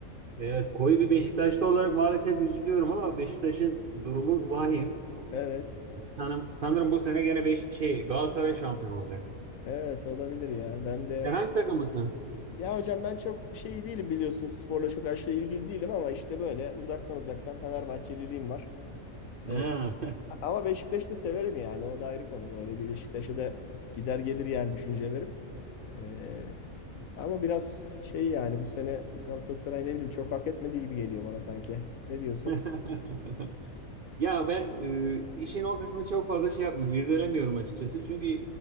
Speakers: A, on the right; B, on the left.
A: evet, koyu bir Beşiktaşlı olarak maalesef üzülüyorum ama Beşiktaş'ın durumu vahim.
B: Evet.
A: Sanırım, sanırım bu sene gene beş, şey Galatasaray şampiyon olacak.
B: Evet olabilir ya. Ben de
A: Sen hangi takımlısın?
B: ya hocam ben çok şey değilim biliyorsun sporla çok aşırı ilgili değilim ama işte böyle uzaktan uzaktan Fenerbahçeliliğim var.
A: Ha.
B: Ee, ama Beşiktaş'ı da severim yani o da ayrı konu. Böyle bir Beşiktaş'a da gider gelir yani düşüncelerim. Ee, ama biraz şey yani bu sene Galatasaray ne bileyim çok hak etmediği gibi geliyor bana sanki. Ne diyorsun?
A: <laughs> Ya ben e, işin o kısmını çok fazla şey yapmıyorum, irdelemiyorum açıkçası. Çünkü